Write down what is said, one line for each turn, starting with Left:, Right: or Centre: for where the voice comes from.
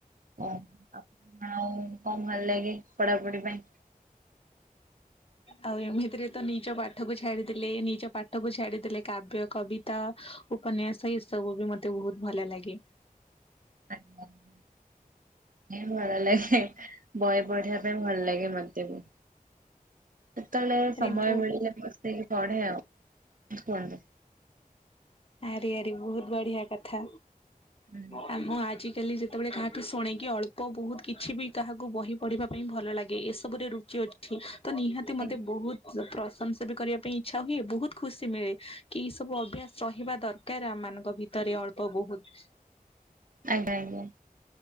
Right: ଓ ଆପଣ ଆଉ କଣ ଭଲ ଲାଗେ ପଢାପଢି ପାଇଁ?
Left: ଆଉ ଏମିତିରେ ତ ନିଜ ପା ଠ କୁ ଛାଡିଦେଲେ। ନିଜ ପାଠ କୁ ଛାଡିଦେଲେ କାବ୍ୟ କବିତା ଉପନ୍ୟାସ ଏ ସବୁ ବି ମତେ ବହୁତ ଭଲ ଲାଗେ। <inaudible>
Right: ପଢନ୍ତି ଭଲ ଲାଗେ ବହି ବଢିବା ପାଇଁ ଭଲ ଲାଗେ ମତେ ବି। ସେତେବେଳେ
Left: ଆରେ
Right: ସମୟ
Left: ବୋ
Right: ମିଳିଲେ ବସେଇକି ପଢେ ଆଉ କୁହନ୍ତୁ।
Left: ଆରେ ଆରେ ବହୁତ ବଢିଆ କଥା।
Right: ହୁଁ।
Left: ଆ ମୁଁ ଆଜି କାଲି ଯେତେବେଳେ କାହାଠୁ ଶୁଣିକି ଅଳ୍ପ ବହୁତ କିଛି ବି କାହାକୁ ବହି ପଢିବା ପାଇଁ ଭଲ ଲାଗେ। ଏସବୁରେ ରୁଚି ଅ ଛି ତ ନିହାତି ମତେ
Right: ଆଜ୍ଞା
Left: ବହୁତ ପ୍ରଶଂସା ବି କରିବା ପାଇଁ ଇଛା ହୁଏ। ବହୁତ ଖୁସି ମିଳେ କି ଏଇ ସବୁ ଅଭ୍ୟାସ ସହିବା ଦରକାର ଆମମାନଙ୍କ ଭିତରେ ଅଳ୍ପ ବହୁତ।
Right: ଆଜ୍ଞା ଆଜ୍ଞା